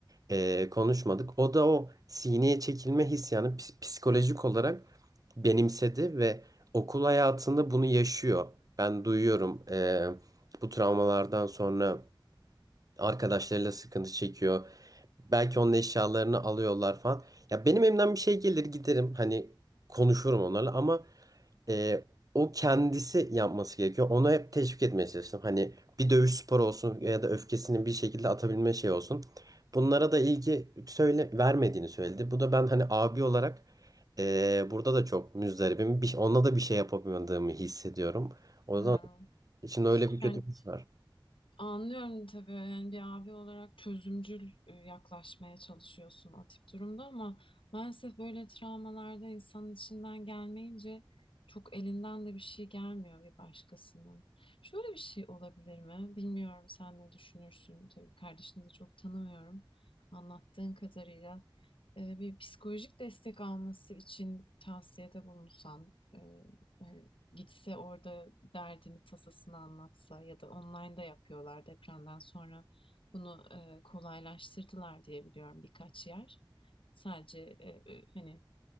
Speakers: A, on the right; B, on the left.
A: E, konuşmadık. O da o sineye çekilme hissiyatını ps- psikolojik olarak benimsedi ve okul hayatında bunu yaşıyor. Ben duyuyorum. E, bu travmalardan sonra arkadaşlarıyla sıkıntı çekiyor. Belki onun eşyalarını alıyorlar falan. Ya benim elimden bir şey gelir giderim hani konuşurum onlarla ama e, o kendisi yapması gerekiyor. Ona hep teşvik etmeye çalıştım. Hani bir dövüş sporu olsun ya da öfkesini bir şekilde atabilme şey olsun. Bunlara da ilgi söyle vermediğini söyledi. Bu da ben hani abi olarak e, burada da çok müzdaribim. Bir, ona da bir şey yapamadığımı hissediyorum. O
B: Ha.
A: yüzden içimde öyle bir kötü
B: Yani
A: bir his var.
B: Anlıyorum tabii yani bir abi olarak çözümcül e, yaklaşmaya çalışıyorsun o tip durumda ama maalesef böyle travmalarda insanın içinden gelmeyince çok elinden de bir şey gelmiyor bir başkasının. Şöyle bir şey olabilir mi? Bilmiyorum sen ne düşünürsün. Tabii kardeşini de çok tanımıyorum anlattığın kadarıyla. e, Bir psikolojik destek alması için tavsiyede bulunsan, e, hani Gitse orada derdini tasasını anlatsa ya da online online'da yapıyorlar depremden sonra bunu e, kolaylaştırdılar diye biliyorum birkaç yer. Sadece e, e, hani